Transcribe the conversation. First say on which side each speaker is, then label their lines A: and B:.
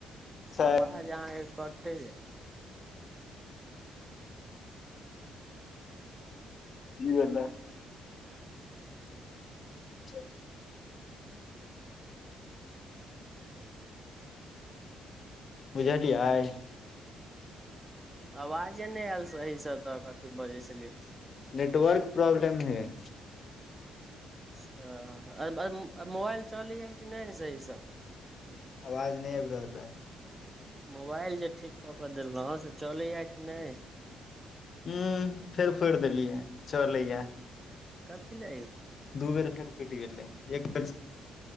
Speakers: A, on the left (about 45°); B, on the right (about 15°).
A: छै
B: आवाज आहााँ के कटैया।
A: ईएला <inaudible> बुझालियै?
B: आवाजे नहि आयल सही से तऽ कथी बजै छलियै।
A: नेटवर्क प्रॉब्लम हय।
B: <unintelligible> मोबाइल चलय है कि नहि सही स?
A: आवाज नहि आबि रहल अय।
B: मोबाइल जे ठीक कऽ कऽ देलहुँ से चलैए कि नहि?
A: उ फेर फोड़ि देलियै चलैया।
B: काथीला यौ?
A: दू बेर फेर फुट गेलै एक